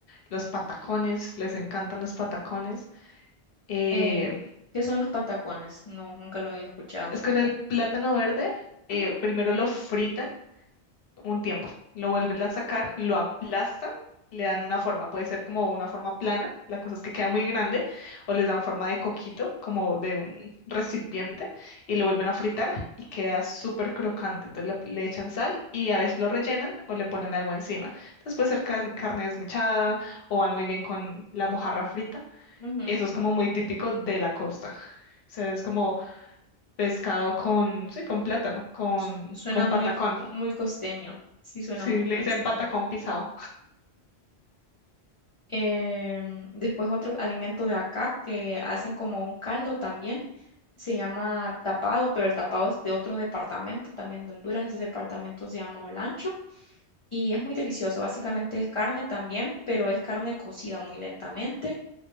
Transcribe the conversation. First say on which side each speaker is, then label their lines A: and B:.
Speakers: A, on the left; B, on the left.
A: los patacones, les encantan los patacones. Eh,
B: Eh, ¿qué son los patacones? No, nunca lo había escuchado.
A: es con el plátano verde, eh,
B: Ujú,
A: primero lo fritan un tiempo. Lo vuelven a sacar, lo aplastan, le dan una forma. Puede ser como una forma plana, la cosa es que queda muy grande, o les dan forma de coquito, como de un recipiente, y lo vuelven a fritar y queda súper crocante. Entonces le, le echan sal y a veces lo rellenan o le ponen algo encima. Entonces puede ser car- carne desmechada o van muy bien con la mojarra frita.
B: ujú.
A: Eso es como muy típico de la costa. O sea, es como pescado con, sí, con plátano, con,
B: Su- Suena
A: con
B: muy,
A: patacón.
B: muy costeño. Sí, suena
A: Sí,
B: muy
A: le
B: costeño.
A: dicen patacón pisado.
B: Em, después otro alimento de acá que hacen como un caldo también. Se llama tapado, pero el tapado es de otro departamento también de Honduras. Ese departamento se llama Olancho y es muy delicioso. Básicamente es carne también, pero es carne cocida muy lentamente